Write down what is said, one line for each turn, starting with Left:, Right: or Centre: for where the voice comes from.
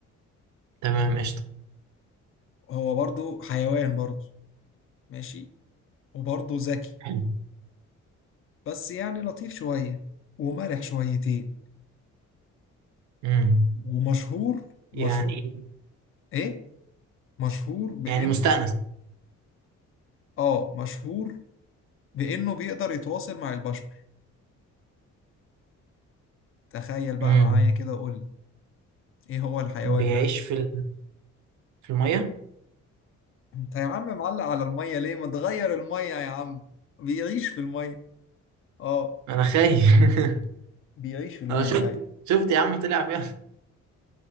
Right: تمام قشطة
Left: هو برضو حيوان برضو ماشي وبرضو ذكي
Right: حلو
Left: بس يعني لطيف شوية ومرح شويتين
Right: امم
Left: ومشهور مشهور
Right: يعني
Left: إيه؟ مشهور بإن
Right: يعني مستأنس
Left: آه مشهور بإنه بيقدر يتواصل مع البشر تخيل بقى
Right: امم
Left: معايا كده وقول لي إيه هو الحيوان
Right: بيعيش
Left: ده
Right: في ال... في المية
Left: أنت يا عم معلق على المية ليه ما تغير المية يا عم بيعيش في المية آه
Right: انا خايف <laughs>
Left: بيعيش في المية
Right: انا شفت
Left: أيوة
Right: شفت يا عم طلع فيها